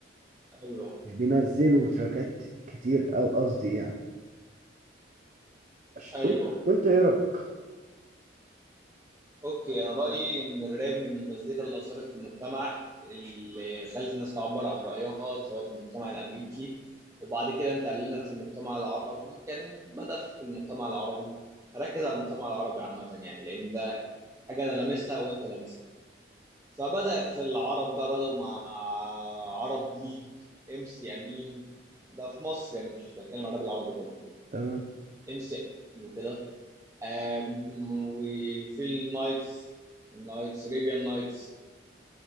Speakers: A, on the right (about 15°); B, on the right (about 40°).
A: ايوه
B: مش بينزلوا تراكات كتير أو قصدي يعني ماشي.
A: ايوه
B: وأنت إيه رأيك؟
A: اوكي انا رايي ان الراب من المزيكا اللي اثرت في المجتمع اللي خلت الناس تعبر عن رايها سواء في المجتمع الامريكي وبعد كده انتقلنا في المجتمع العربي كان بدا في المجتمع العربي هركز على المجتمع العربي عامه يعني لان ده حاجه انا لامسها وانت لامسها فبدا في العرب بقى بداوا مع عرب ليج ام سي امين ده في مصر يعني مش بتكلم على الراب العربي كله
B: تمام
A: ام سي امين وكده آم، وفي النايتس النايتس ريبيان نايتس